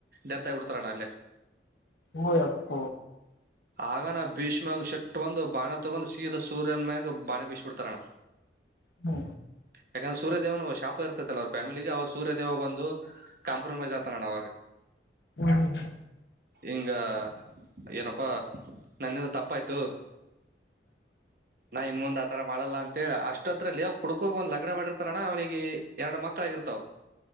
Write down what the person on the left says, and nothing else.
ಹ ಅಪ್ಪ
ಹ್ಮ
ಹ್ಮ್